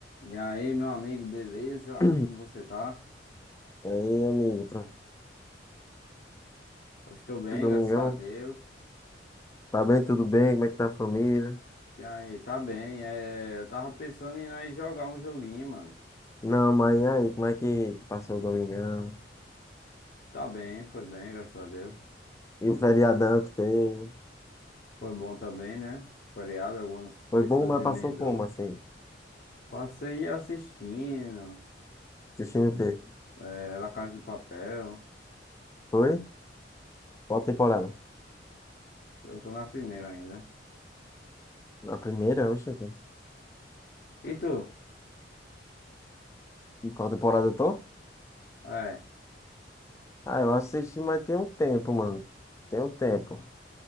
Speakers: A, on the left; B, on the left.
A: E aí, meu amigo, beleza?
B: E
A: Como você tá?
B: aí, amigo, tranquilo,
A: Eu estou bem,
B: domingão?
A: graças a Deus.
B: Tá bem, tudo bem? Como é que tá a família?
A: E aí, tá bem. É, eu tava pensando em nós jogar um joguinho, mano.
B: Não, mas e aí, como é que que passou o domingão?
A: Tá bem, foi bem, graças a Deus.
B: E o feriadão que teve?
A: Foi bom também, né? Feriado, algumas
B: Foi
A: pessoas
B: bom, mas
A: emendou.
B: passou como, assim?
A: Passei assistindo,
B: Assistindo o quê?
A: é, La Casa de Papel.
B: Foi? Qual temporada?
A: Eu tô na primeira ainda.
B: A primeira, oxe. então.
A: E tu?
B: E qual temporada eu tô?
A: É.
B: Ah, eu assisti, mas tem um tempo, mano. Tem um tempo.